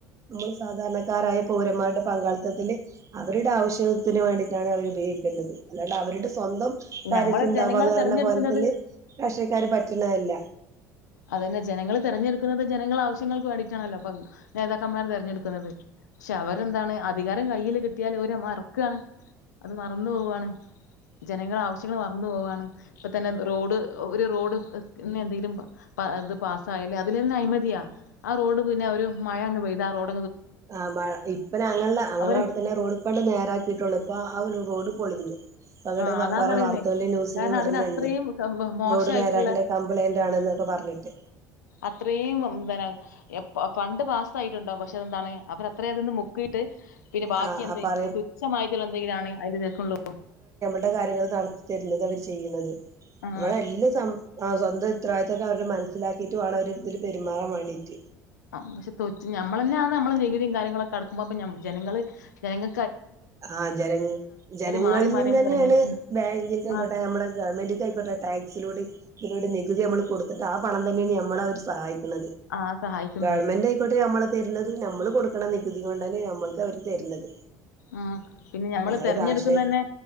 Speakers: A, on the right; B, on the left.
A: നമ്മൾ സാധാരണക്കാരായ കൂന്മാരുടെ പങ്കാളിത്തത്തില് അവരുടെ ആവശ്യത്തിന് വേണ്ടിയിട്ടാണ് അവർ ഉപയോഗിക്കേണ്ടത് അല്ലാണ്ട് അവരുടെ സ്വന്തം കാര്യം
B: ഞമ്മള്
A: സിന്ന്താബദ്
B: ജനങ്ങൾ തെരഞ്ഞെടുക്കുന്നത്
A: അത്ണ പോലെത്തില് പക്ഷക്കാാര് പറ്റണതല്ല
B: അത് തന്നെ ജനങ്ങള്ൾ തെരഞ്ഞെടു ന്നത് ജനങ്ങൾ ആവശ്യങ്ങൾക്ക് വേണ്ടിയിട്ടാണല്ലോ അപ്പ നേതാക്കന്മാർ തിരഞ്ഞെടുക്കുന്നത് പക്ഷെ അവരെന്താണ് അധികാരം കയ്യിൽ കിട്ടിയാൽ അവര് മറക്കുവാണ് അത് മറന്നു പോവുവയാണ് ജനങ്ങള ആവശ്യങ്ങൾ മറന്നു പോവാണ് ഇപ്പ തന്നെ റോഡ് ഒരു റോഡ് എന്തെങ്കിലും ഇത് പാസായല്ലേ അതിലെ അഴമതിയാ ആ റോഡ് പിന്നെ ഒരു മഴ അങ്ങ് പെയ്ത് ആ റോഡ്
A: ആ് മഴ ഇപ്പനെ ഞങ്ങളുടെ അഞങ്ങളെ
B: അവര്
A: അവിടെ തന്നെ റോഡ്പ്പണ്ട് നേരാക്കിയിട്ടള്ളു ഇപ്പൊ ആ ഒരു റോഡ് പൊളിഞ്ഞു അവിടെ
B: ആഹ അതാ
A: കൊറേ
B: പറയുന്നേ
A: വാർത്തകളില് ന്യൂസില്
B: കാരണം
A: വിടുന്നുണ്ട്
B: അതിന അത്രയും മോശയിട്ടുള്ള
A: റോഡ് നേരാക്കില്ല കംപ്ലൈന്റ് ആണെന്നൊക്കെ പറഞ്ഞിട്ട്
B: അത്രയുംന്തന്ന ഫണ്ട് പാ ആയിട്ടുണ്ടാവും പക്ഷെ എന്താണ് അവർ അത്രയും അത്ന്ന് മുക്കിയിട്ട് പിന്നെ ബാക്കി
A: ആ
B: എന്തെ
A: ആ പറയ
B: ഉച്ഛമായിട്ടുള്ള എന്തെങ്കിലും ആാണ് അതില്ക്കള്ളോ
A: ടെ കാര്യങ്ങൾ നടത്തരുന്നത് അവർ ചെയ്യുന്നത്
B: ആഹ്
A: നമ്മള എല്ലാം സം ആ്വന്തം ഇത്രദിത്തൊക്കെ അവര് മനസ്സിലാക്കിട്ട വേണം അവര് ഇതില് പെരുമാറൻ വേണ്ടിീട്ട്
B: ആ പക്ഷെ തൊ നമ്മൾ തന്നെ ആന്ന് നമ്മള് നികുതിയും കാര്യങ്ങളൊക്കെ അടുക്കുമ്പോ ജനങ്ങള്ൾ ജനങ്ങ
A: ആഹ ജന ജനങ്ങളിൽ
B: മാറി മാറി
A: നിന്ന് തന്നെയാണ്
B: തെരഞ്ഞെടുക്കുന്നത്
A: ബാങ്കിൽക്ക ആയിക്കോട്ടെ
B: ആഹ്
A: നമ്മുടെ ഗവൺമെന്റ്ക്കായിക്കോട്ടെ ടാക്സിലൂടെ ഇവരുടെ നികുതി നമ്മള് കൊടുത്തിട്ട് ആ പണം തന്നെയാണ് നമ്മള അവര് സഹായിക്കും
B: ആഹ് സഹായിക്കുന്നത്
A: ഗവൺമെന്റ് ആയിക്കോട്ടെ നമ്മള തരുന്നത് നമ്മള് കൊടുക്കണ നികുതി കൊണ്ടാണ് നമ്മൾക്ക് അവര് തരുന്നത്
B: ഉം പിന്നെ ഞമ്മള്
A: അങ്ങ
B: തെരഞ്ഞെടുക്കുന്നന്നെ
A: രാ്ട്ര